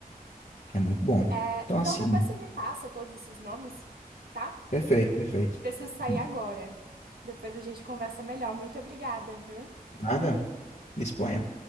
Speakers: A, on the left; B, on the right.
A: é muito bom.
B: É,
A: Então,
B: então
A: assim,
B: depois você me passa todos esses nomes, tá?
A: perfeito, perfeito.
B: Preciso sair
A: Uhum.
B: agora. Depois a gente conversa melhor. Muito obrigada, viu?
A: Nada. disponha